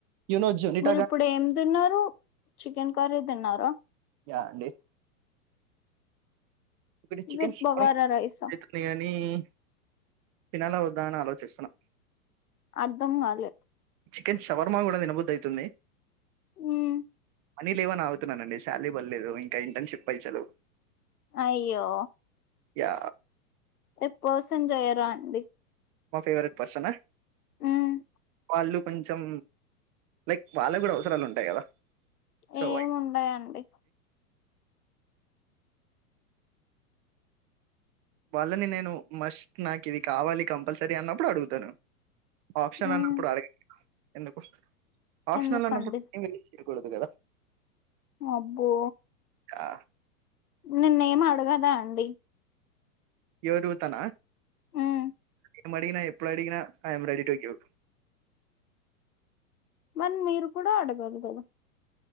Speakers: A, on the right (about 35°); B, on the left (about 80°).
A: యూనోజ్ న్ నీటగా
B: మీరు ఇప్పుడు ఏం తిన్నారు చికెన్ కర్రీ తిన్నారా
A: యా అండి మీరు చికెన్
B: విత్
A: శుభ్రం
B: బగారా రైసా
A: <inaudible> హ్మ్ తినాల వద్దా అని ఆలోచిస్తున్నా.
B: అర్థం గాలె
A: చికెన్ షవర్మ కూడా తినబుద్దైతుంది.
B: హ్మ్
A: మనీ లేవని ఆగుతున్నానండి. శాలరీ పడ్లేదు ఇంకా ఇంటర్న్షిప్ పైసలు
B: అయ్యో
A: యా
B: ఎ పర్సన్ జెయ్యరా అండి
A: మా ఫేవరెట్ పర్సన్ ఆ
B: హ్మ్
A: వాళ్ళు కొంచెం లైక్ వాళ్ళక్ కూడా అవసరాలు ఉంటాయి కదా సో
B: ఏముండాయండి
A: వాళ్ళని నేను మస్ట్ నాకు ఇవి కావాలి కంపల్సరీ అన్నప్పుడు అడుగుతాను. ఆప్షన్
B: మ్మ్
A: అన్నప్పుడు అడగాలి ఎందుకు ఆప్షనల్
B: ఎందుకండి
A: అన్నప్పుడు ఏందది తీయకూడదు కదా.
B: అబ్బో
A: ఆ
B: నిన్నేం అడగదా అండి
A: ఎవరూ తనా
B: మ్మ్
A: ఎం అడిగినా ఎప్పుడు అడిగినా I am ready to give
B: మరి మీరు కూడా అడగాలి కదా